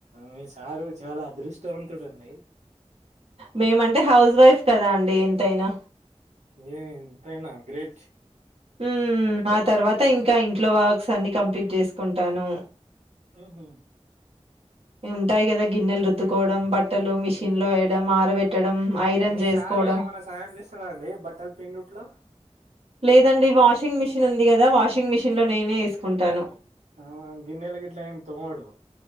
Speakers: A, on the right (about 85°); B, on the right (about 55°).
A: మీ సారు చాలా అదృష్టవంతుడండి
B: మేమంటే హౌస్ వైఫ్ కదా అండి ఎంతైనా
A: ఏ ఎంతైనా గ్రేట్.
B: ఉ ఆ తర్వాత ఇంకా ఇంట్లో వర్క్స్ అన్ని కంప్లీట్ చేసుకుంటాను
A: ఉహు
B: ఈ ఉంటాయి కదా గిన్నెలు రుద్దుకోవడం బట్టలు మిషిన్ లో ఆరబెట్టడం ఐరన్
A: మీ
B: చేసుకోవడం
A: సారు ఏమన్నా సాయం చేస్తాడా అండి బట్టలు పిండుట్లో?
B: లేదండి వాషింగ్ మిషన్ ఉంది కదా వాషింగ్ మిషన్ లే నేనే చేసుకుంటాను
A: ఆ గిన్నెల గిట్ల ఏం తోమడు